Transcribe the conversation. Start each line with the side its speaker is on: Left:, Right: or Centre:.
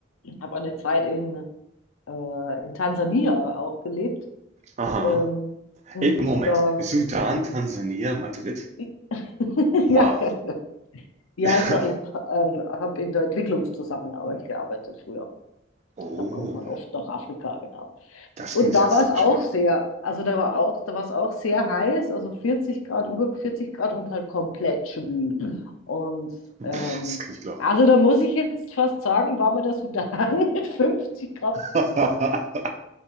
Left: habe eine Zeit in, äh, in Tansania auch gelebt.
Right: Aha.
Left: Ähm, und
Right: Ey, Moment.
Left: da,
Right: Sudan, Tansania, Madrid?
Left: <laughs>
Right: Wow.
Left: ja, ja,
Right: <laughs>
Left: ich, war- ich habe äh, hab in der Entwicklungszusammenarbeit gearbeitet früher.
Right: Oh,
Left: Da kommt man oft nach Afrika, genau.
Right: das
Left: Und
Right: klingt
Left: da
Right: ja sau
Left: war es auch
Right: spannend.
Left: sehr, also da war auch, da war es auch sehr heiß, also 40 Grad, über 40 Grad und halt komplett schwül. Mhm. Und
Right: Pff,
Left: ähm,
Right: das kann ich glauben.
Left: also da muss ich jetzt fast sagen, war mir der Sudan <laughs> mit 50 Grad,
Right: <laughs>